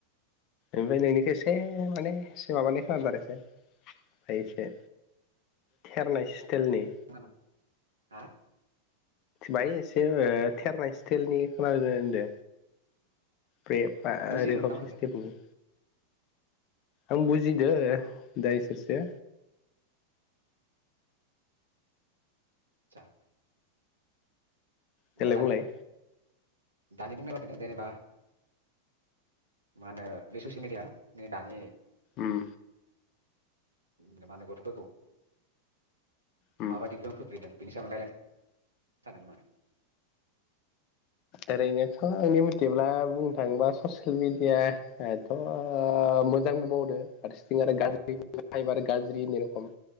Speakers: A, on the left; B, on the right.
A: ओमफ्राय नोंनिखौ एसे माने एसे माबानाय खोनादों माने। ओमफ्राय एसे थेरनाय स्टिलनि।
B: खोनादों हा?
A: बाय एसे ओ थेरनाय स्टिलनि खोनादो होनदों बे। ओ ओ
B: बुजि
A: रिखब
B: मोनदों ना मोनाखै
A: सस्मथिमनि। आं बुजिदो दाएसोरसो।
B: आटसा।
A: देलाय
B: दानि
A: बुंलाय
B: दानि बुंनाय बादिनो जेनेबा मा होनो बे ससियेल मिडिया नै दानि
A: ओम
B: म माने गथ'फोरखौ
A: उम
B: माबायदि गोहोम खो फैदों बेनि सायाव रायलायनो सानदोंमोन माने
A: ओरैनोथ' आंनि मथेब्ला बुंनो थाङोबा ससियेल मिडिया एथ' मोजांबो मावदो हारसेथिं आरो गाज्रिब गाज्रि ए रखम।